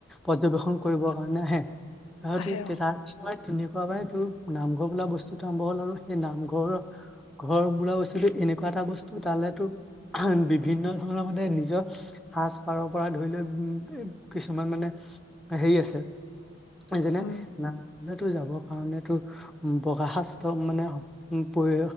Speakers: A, in the centre; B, on the left (about 85°).
A: পৰ্যবেক্ষন কৰিবৰ কাৰণ নাহে হয়
B: আহে
A: তোৰ
B: অ
A: তাৰ পিছত তেনেকুৱা মাই তোৰ নামঘৰ বোলা বস্তু আৰম্ভ হ'ল আৰু সেই নামঘৰ। ঘৰ বোৱা বস্তুতটো এনেকুৱা এটা বস্তু তালেটো বিভিন্ন ধৰণৰ মানে নিজৰ সাজ পাৰৰ পৰা ধৰি লৈ উম কিছুমান মানে হেৰি আছে। যেনে
B: উম
A: নামখনে যাবৰ কাৰণ তো উ বগা সাজ ম মানে পৰি